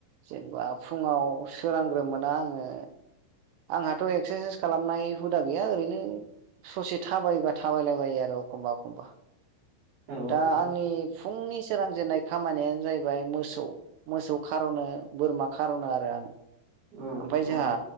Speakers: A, on the right; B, on the right.
A: जेनबा फुंङाव सोरांग्रोमोना आङो आंहाथ' एक्सासाइस खालामनाय हुदा गैया ओरैनो ससे थाबायबा थाबायलाबायो आरो एखमबा एखमबा
B: औ
A: दा
B: औ
A: आंनि फुंनि सोरांजेननाय खामानियानो जाहैबाय मोसौ मोसौ खार'नो बोरमा खार'ना आरो आं
B: उम
A: ओमफाय
B: उम
A: जोंहा